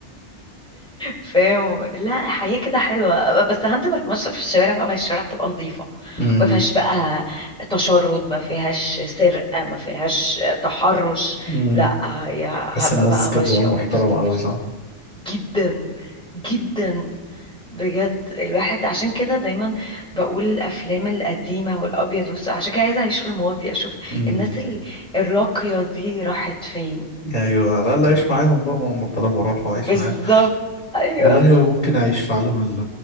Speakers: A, in the centre; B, on the left.
A: فاهم لا حياة كده حلوة بس هنزل اتمشى في الشوارع بقى ما هي الشوارع تبقى نظيفة
B: أمم،
A: ما فيهاش بقى تشرد ما فيهاش سرقة ما فيهاش تحرش
B: أمم.
A: لا يا
B: حاسس
A: هبقى
B: الناس
A: بقى
B: كانت
A: ماشية
B: زمان
A: ومبسوطة
B: محترمة قوي صح؟
A: جدا جدا بجد الواحد عشان كده دايما بقول الافلام القديمه والابيض والاسود عشان كده عايزه اعيش في الماضي اشوف
B: أمم،
A: الناس ال- الراقيه دي راحت فين
B: ايوه لا لا عيش معاهم بقى ما هم طالما راحوا عيش
A: بالظبط
B: معاهم
A: ايوه
B: والله ممكن اعيش في عالم ال-